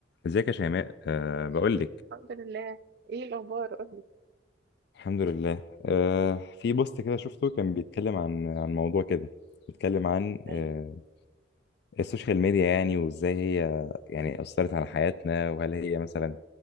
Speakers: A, on the left; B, on the right.
A: ازيك يا شيماء أه بقول
B: إيه،
A: لك
B: الحمد لله ايه الاخبار قولي
A: الحمد لله أه في بوست كده شفته كان بيتكلم عن عن موضوع كده بيتكلم عن
B: يعني
A: أه السوشيال ميديا يعني وازاي هي يعني أثرت على حياتنا وهل هي مثلا